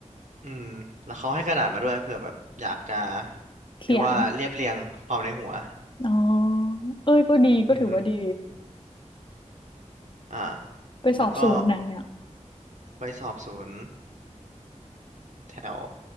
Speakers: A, on the right (about 70°); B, on the left (about 40°).
A: อืมแล้วเขาให้กระดาษมาด้วยเผื่อแบบอยากจะ
B: เขียน
A: เรียกว่าเรียบเรียงความในหัว
B: อ๋อ เอ้ย ก็ดี ก็ถือว่าดี
A: อือฮึอ่า
B: ไปสอบศูนย์ไหนอ่ะ
A: แล้วก็ไปสอบศูนย์แถว